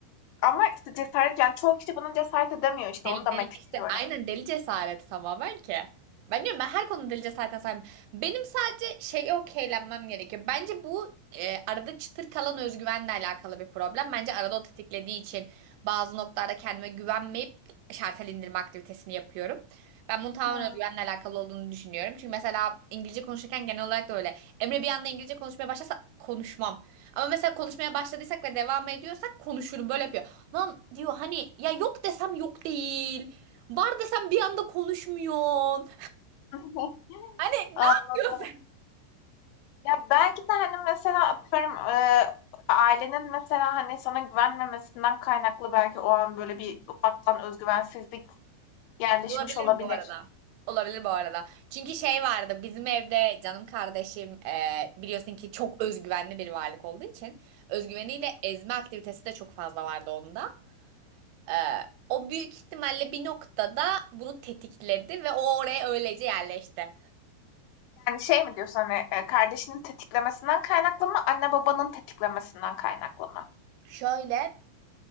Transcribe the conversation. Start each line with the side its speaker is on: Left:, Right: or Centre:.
Left: Ama işte cesaret yani çoğu kişi buna cesaret edemiyor işte
Right: Deli,
Left: onu demek
Right: deli,
Left: istiyorum.
Right: işte aynen deli cesareti tamamen ki. Ben diyorum ben her konuda deli cesaretine sahibim. Benim sadece şey okeylenmem gerekiyor. Bence bu e, arada çıtır kalan özgüvenle alakalı bir problem. Bence arada o tetiklediği için bazı noktalarda kendime güvenmeyip şartel indirme aktivitesini yapıyorum. Ben bunun tamamen
Left: Hmm.
Right: özgüvenle alakalı olduğunu düşünüyorum. Çünkü mesela İngilizce konuşurken genel olarak da öyle. Emre bir anda İngilizce konuşmaya başlasa konuşmam. Ama mesela konuşmaya başladıysak ve devam ediyorsak konuşurum böyle yapıyor. Lan diyor hani ya yok desem yok değil. Var desem bir anda konuşmuyorsun.
Left: <laughs>
Right: Hani
Left: Anladım.
Right: ne yapıyorsun?
Left: Ya belki de hani mesela atıyorum e, ailenin mesela hani sana güvenmemesinden kaynaklı belki o an böyle bir ufaktan özgüvensizlik Yerleşmiş
Right: Olabilir
Left: olabilir.
Right: bu arada. Olabilir bu arada. Çünkü şey vardı bizim evde canım kardeşim e, biliyorsun ki çok özgüvenli bir varlık olduğu için özgüveniyle ezme aktivitesi de çok fazla vardı onda. E, o büyük ihtimalle bir noktada bunu tetikledi ve o oraya öylece yerleşti.
Left: Yani şey mi diyorsun hani e, kardeşinin tetiklemesinden kaynaklı mı, anne babanın tetiklemesinden kaynaklı mı?
Right: Şöyle